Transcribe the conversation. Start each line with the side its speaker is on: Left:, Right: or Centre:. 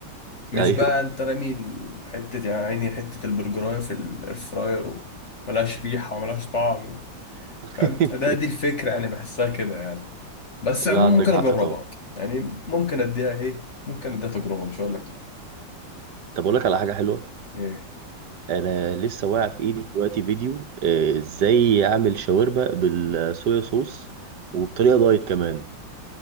Left: مش
Right: ايوه
Left: بقى انت رامي ال- حتة يعني عيني حتة البرجراية في الاير فراير وملهاش ريحة وملهاش طعم و-
Right: <laughs>
Left: فاهم ده دي الفكرة يعني بحسها كده يعني بس
Right: لا
Left: عموما
Right: عندك
Left: ممكن
Right: حق
Left: اجربها
Right: طبعا
Left: يعني ممكن اديها ايه ممكن اديها تجربة مش هقول لك لا
Right: طب اقول لك على حاجه حلوه
Left: ايه
Right: انا لسه واقع في ايدي دلوقتي فيديو آه، ازاي اعمل شاورما بالصويا صوص وبطريقه دايت كمان